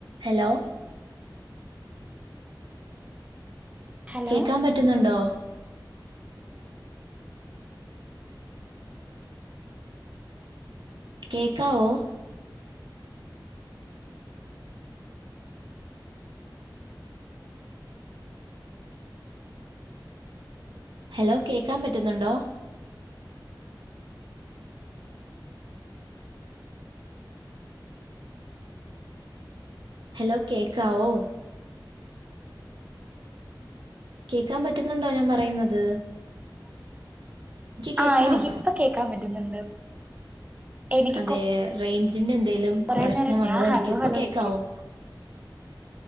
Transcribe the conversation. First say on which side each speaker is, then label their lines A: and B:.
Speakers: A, on the right; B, on the right.
A: Hello
B: hello
A: കേക്കാൻ പറ്റുന്നുണ്ടോ കേക്കാവോ ഹലോ കേക്കാൻ പറ്റുന്നുണ്ടോ ഹലോ കേക്കാവോ കേക്കാൻ പറ്റുന്നുണ്ടോ ഞാൻ പറയ്ന്നത് കേൾക്കാം
B: ആഹ് എനിക്കിപ്പ കേക്കാൻ പറ്റുന്നുണ്ട് എനിക്ക്
A: അതെ റേഞ്ചിന്റെ എന്തേലും
B: കൊറേ
A: പ്രശ്നം
B: നേരം
A: വന്നതായിരിക്കും
B: ഞാൻ ഹലോ
A: ഇപ്പ
B: ഹലോ
A: കേക്കാവോ
B: വെക്ക